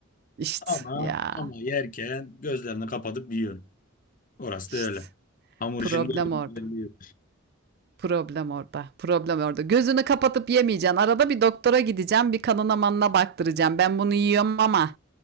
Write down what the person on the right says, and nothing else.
işte
ya.
İşte
problem
orada.
Problem orada. Problem orada. Gözünü kapatıp yemeyeceksin. Arada bir doktora gideceğim. Bir kanına manına baktıracağım. Ben bunu yiyorum ama